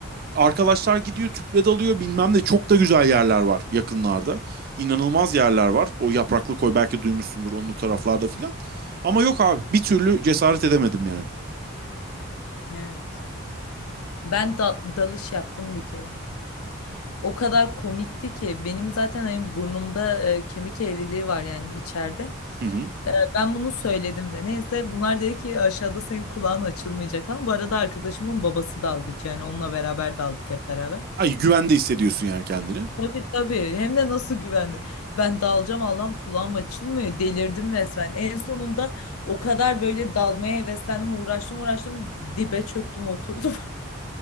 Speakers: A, on the right; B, on the left.
A: Arkadaşlar gidiyor tüple dalıyor bilmem ne çok da güzel yerler var yakınlarda. İnanılmaz yerler var. O yapraklı koy belki duymuşsundur onun o taraflarda filan. Ama yok abi bir türlü cesaret edemedim yani.
B: Evet. Ben da- dalış yaptım bir kere. O kadar komikti ki benim zaten hani burnumda e, kemik eğriliği var yani içeride.
A: Hı hı.
B: Ee, Ben bunu söyledim de. Neyse bunlar dedi ki aşağıda senin kulağın açılmayacak falan. Bu arada arkadaşımın babası dalgıç yani onunla beraber daldık hep beraber.
A: Ay güvende hissediyorsun yani kendini.
B: Tabii tabii hem de nasıl güvendi. Ben dalacağım Allah'ım kulağım açılmıyor. Delirdim resmen. En sonunda o kadar böyle dalmaya heveslendim uğraştım uğraştım dibe çöktüm oturdum.